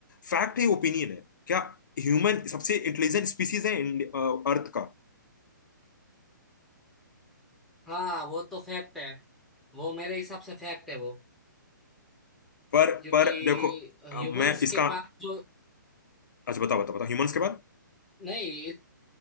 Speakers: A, on the left (about 65°); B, in the centre.
A: फैक्ट है ओपिनियन है क्या ह्यूमन सबसे इंटेलिजेंट स्पीसीज है इंड- अ, अर्थ का
B: हाँ वो तो फैक्ट है वो मेरे हिसाब से फैक्ट है वो
A: पर
B: क्योंकि
A: पर देखो
B: ह्यूमंस
A: अ, मैं इसका
B: के पास जो
A: अच्छा बताओ बताओ बताओ ह्यूमंस के बाद
B: नहीं